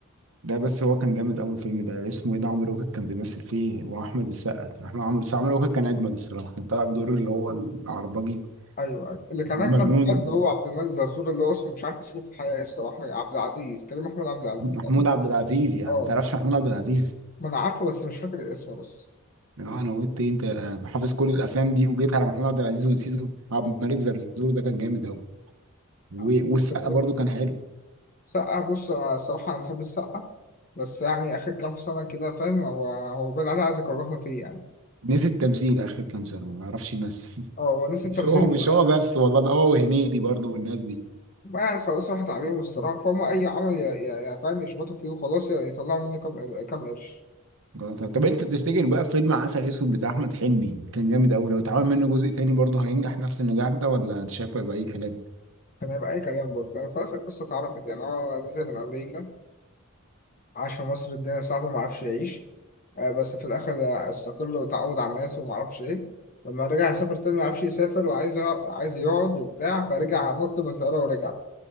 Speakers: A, on the right; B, on the left.
A: ده بس هو كان جامد اول فيلم ده اسمه ايه ده عمرو واكد كان بيمثل فيه واحمد السقا كان احمد عمرو السقا عمرو واكد كان اجمد الصراحه كان طالع بدور اللي هو العربجي
B: أيوه أيوه اللي كان
A: المجنون
B: أجمد بجد هو عبد الملك زرزور اللي هو اسمه مش عارف اسمه في الحقيقة إيه الصراحة عبد العزيز كريم أحمد عبد العزيز
A: محمود
B: تقريبا
A: عبد العزيز يعني
B: أه
A: ما تعرفش محمود عبد العزيز
B: ما أنا عارفه بس مش فاكر اسمه بس
A: اللي هو انا قلت إيه، انت حافظ كل الافلام دي وجيت على محمود عبد العزيز ونسيته عبد الملك زرزور ده كان جامد قوي و...
B: عبد
A: والسقا
B: الملك زرزور
A: برضو كان حلو
B: سقا بص أنا الصراحة أنا بحب السقا بس يعني آخر كام سنة كده فاهم هو هو بين عليه عايز يكرهنا فيه يعني
A: نسي التمثيل اخر كام سنه ما بيعرفش يمثل
B: اه هو
A: <laughs>
B: نسي التمثيل
A: مش هو مش هو بس والله ده هو وهنيدي برضو والناس دي
B: بقى خلاص راحت عليهم الصراحة فهم أي عمل يا يا يا فاهم يشبطوا فيه وخلاص ي- يطلعوا منه كام قر- كام قرش
A: آه، طب طب انت تفتكر بقى فيلم عسل اسود بتاع احمد حلمي كان جامد قوي لو اتعمل منه جزء تاني برضه هينجح نفس النجاح ده ولا انت شايف بقى اي كلام
B: كان هيبقى أي كلام برضه يعني خلاص القصة اتعرفت يعني هو نزل من أمريكا عاش في مصر الدنيا صعبة معرفش يعيش آه، بس في الآخر استقل وتعود على الناس ومعرفش إيه لما رجع يسافر تاني معرفش يسافر وعايز يق- عايز يقعد وبتاع فرجع نط من الطيارة ورجع